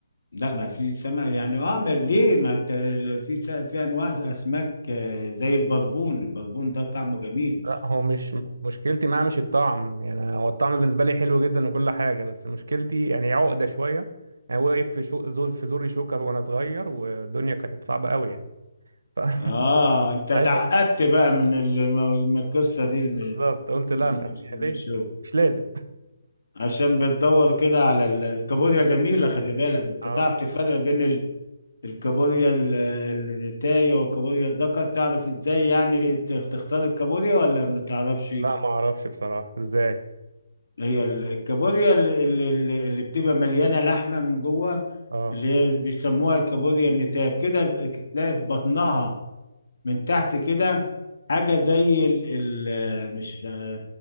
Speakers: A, on the left (about 85°); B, on the right (about 70°).
A: لا ما في سمك يعني اه ما- ليه ما انت ال- في س- في انواع اسماك آه، زي البربون البربون ده طعمه جميل
B: لا هو مش مشكلتي معاه مش الطعم يعني هو الطعم بالنسبه لي حلو جدا وكل حاجه بس مشكلتي يعني عقده شويه يعني وقف في شو زور في زوري شوكر وانا صغير والدنيا كانت صعبه قوي يعني ف- <laughs>
A: اه انت اتعقدت
B: ساعتها قلت-
A: بقى من ال- من القصه دي الم-
B: بالظبط قلت لا
A: من
B: ما- يعني
A: من
B: ليه
A: الشغل
B: مش لازم
A: عشان بتدور كده على ال- الكابوريا جميله خلي بالك انت
B: اه
A: تعرف تفرق بين ال- الكابوريا ال- الريتايه والكابوريا الدكر تعرف ازاي يعني ت- تختار الكابوريا ولا ما تعرفش
B: لا ما اعرفش بصراحه ازاي
A: هي ال- الكابوريا اللي, اللي, اللي بتبقى مليانه لحمه من جوه
B: اه
A: اللي هي بيسموها الكابوريا النتاب كده ب- تلاقي في بطنها من تحت كده حاجه زي ال ال مش ال-